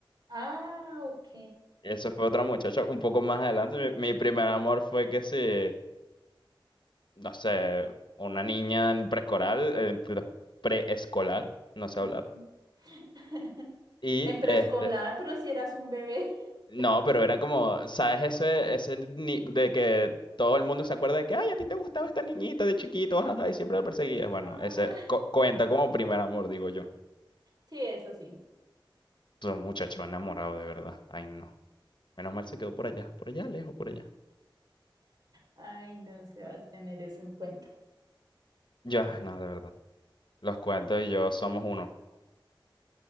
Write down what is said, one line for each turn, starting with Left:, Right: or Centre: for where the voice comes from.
Right: Ah, ok.
Left: Eso fue otra muchacha un poco más adelante. Mi, mi primer amor fue que se, no sé, una niña en preescolar, eh, pre- preescolar, no sé
Right: <laughs>
Left: hablar. Y
Right: En preescolar,
Left: este,
Right: pero si eras un bebé. <laughs>
Left: no, pero eran como, ¿sabes? Ese, ese ni- de que todo el mundo se acuerda de que, ay, a ti te gustaba esta niñita de chiquito, ajá, y siempre la perseguías. Bueno,
Right: Ah,
Left: ese co- cuenta como primer amor, digo yo.
Right: sí, eso sí.
Left: Son muchachos enamorados, de verdad. Ay, no. Menos mal se quedó por allá, por allá, lejos, por allá.
Right: Ay, no, Sebastián, eres un cuento.
Left: Ya, no, de verdad. Los cuentos y yo somos uno.